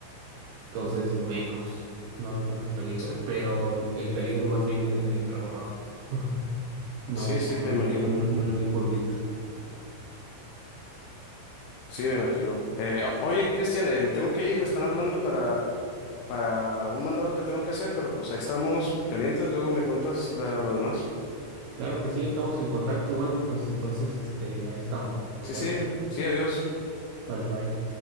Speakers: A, on the right; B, on the left.
A: entonces menos, no había tanto peligro,
B: sí,
A: pero el el peligro más bien era en el trabajo, <laughs> no,
B: sí, sí,
A: no
B: me imagino.
A: en el, no en no en el pueblito.
B: Sí, me imagino. Eh, o- oye, Cristian, eh, me tengo que ir, me están hablando para, para un mandado que tengo que hacer, pero pues ahí estamos pendientes, luego me cuentas la- lo demás.
A: Claro que sí, estamos en contacto. Bueno, pues entonces, este, ahí estamos, ¿vale?
B: Sí, sí, sí, adiós.
A: Vale, bye.